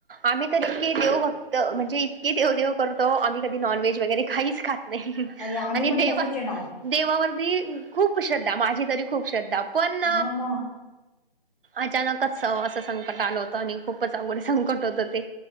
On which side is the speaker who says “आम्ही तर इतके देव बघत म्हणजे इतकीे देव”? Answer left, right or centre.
Right